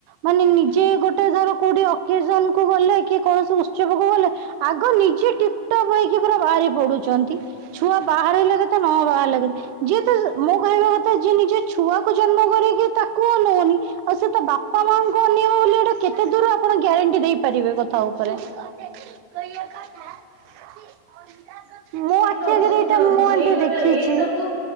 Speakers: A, on the right (about 85°); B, on the right (about 35°).
A: ମାନେ ନିଜେ ଗୋଟେ ଧର କୋଉଠି ଅକେଜନ କୁ ଗଲେ କୌଣସି ଉତ୍ସବକୁ ଗଲେ ଆଗ ନିଜେ ଟିପ୍ ଟପ୍ ହେଇକି ପୁରା ବାହାରି ପଡୁଛନ୍ତି। ଛୁଆ ବାହାର ହେଲେ କେତେ ତ ନ ବାହାର ହେଲେ କେତେ ଯିଏ ତ ମୋ କହିବା କଥା ଯିଏ ନିଜ ଛୁଆକୁ ଜନ୍ମ କରରେ କିି ତାକୁ ଅନଉନି ଆଉ ସେ ତ ବାପା ମାଙ୍କୁ ଅନେଇବା ବୋଲି ଏଇଟା କେତେ ଦୂର ଆପଣ ଗ୍ୟାରେଣ୍ଟି ଦେଇପାରିବେ? ତା ଉପରେ <unintelligible>
B: ସେଇ
A: ଆଖି
B: ତ ଅସୁବିଧା
A: ଆଗରେ ଏଇଟା
B: ହଉଛି
A: ମୁଁ
B: ସେଇ
A: ଆଣ୍ଟି
B: ଗୋଟେ
A: ଦେଖିଛି।
B: ଏଇ ସବୁ